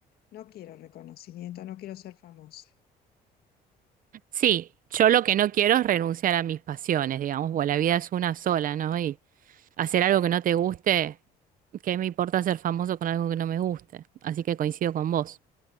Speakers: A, on the left; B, on the right.
A: No quiero reconocimiento, no quiero ser famosa.
B: Sí, yo lo que no quiero es renunciar a mis pasiones, digamos, porque la vida es una sola, ¿no? Y hacer algo que no te guste, ¿qué me importa ser famoso con algo que no me guste? Así que coincido con vos.